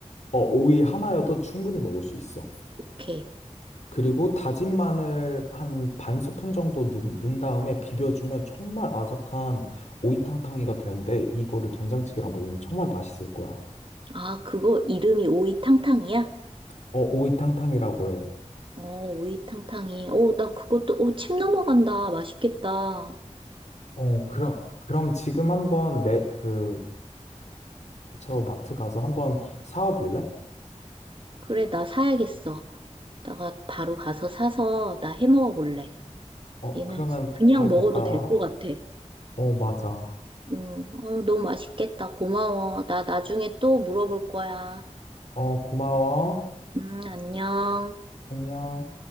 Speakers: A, on the left; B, on the right.
A: 어, 오이 하나여도 충분히 먹을 수 있어.
B: 오케이.
A: 그리고 다진 마늘 한 반 스푼 정도 넣, 은 다음에 비벼주면 정말 아삭한 오이탕탕이가 되는데 이거를 된장찌개랑 먹으면 정말 맛있을 거야.
B: 아, 그거 이름이 오이탕탕이야?
A: 어, 오이탕탕이라고 해.
B: 어, 오이탕탕이. 어, 나 그것도, 어, 침 넘어간다. 맛있겠다. 어,
A: 어, 그럼 그럼 지금 한번 매, 그 옆처 마트 가서 한번 사와 볼래?
B: 그래, 나 사야겠어. 내가 바로 가서 사서 나 해 먹어 볼래.
A: 어,
B: 얘는
A: 그러면
B: 그냥
A: 잘
B: 먹어도
A: 갔다
B: 될
A: 와.
B: 것 같아.
A: 어, 맞아.
B: 음, 어, 너무 맛있겠다. 고마워. 나 나중에 또 물어볼 거야.
A: 어, 고마워.
B: 음, 안녕.
A: 안녕.